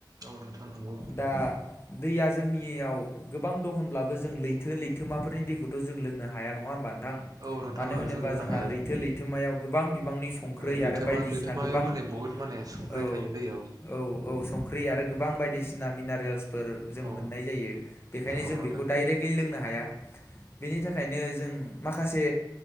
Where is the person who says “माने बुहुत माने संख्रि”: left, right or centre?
Right